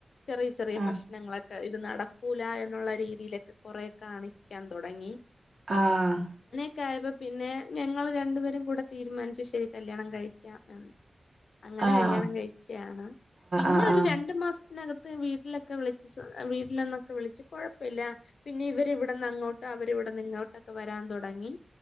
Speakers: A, on the left; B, on the right.
A: ചെറിയ ചെറിയ
B: ആഹ്
A: പ്രശ്നങ്ങളെ ഇത് നടക്കൂല എന്നുള്ള രീതിയിലൊക്കെ കൊറെ കാണിക്കാൻ തുടങ്ങി
B: ആഹ്
A: ക്കെ ആയപ്പോ പിന്നെ ഞങ്ങൾ രണ്ടുപേരും കൂടെ തീരുമാനിച്ചു ശെരി കല്യാണം കഴിക്കാം എന്ന് അങ്ങനെ
B: ആഹ്
A: കല്യാണം കഴിച്ചയാണ് പിന്നെ
B: ആഹ്
A: ഒരു
B: ആഹ്
A: രണ്ടു മാസം ത്തികത്ത് വീട്ടിലൊക്കെ വിളിച്ച് വീട്ടിലൊന്നൊക്കെ വിളിച്ച് കുഴപ്പമില്ല പിന്നെ ഇവരി ഇവിടന്ന് അങ്ങോട്ട് അവരിവിടെന്നിങ്ങോട്ടൊക്കെ വരാൻ തുടങ്ങി